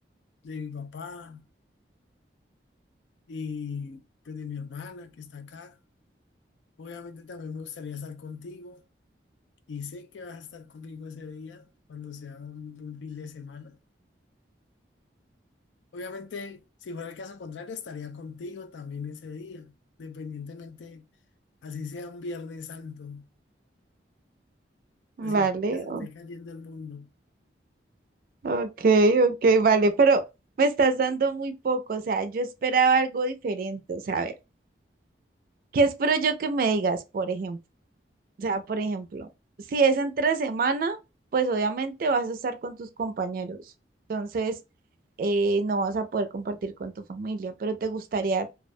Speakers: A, on the left; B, on the right.
A: de mi papá y pues, de mi hermana que está acá, obviamente también me gustaría estar contigo y sé que vas a estar conmigo ese día cuando sea un, un fin de semana. Obviamente, si fuera el caso contrario, estaría contigo también ese día, dependientemente así sea un Viernes Santo,
B: Vale,
A: así es que se
B: o-
A: esté cayendo el mundo.
B: ok, ok, vale, pero me estás dando muy poco, o sea, yo esperaba algo diferente, o sea, a ver. ¿Qué espero yo que me digas, por ejemplo? O sea, por ejemplo, si es entre semana, pues obviamente vas a estar con tus compañeros. Entonces, eh, no vas a poder compartir con tu familia, pero te gustaría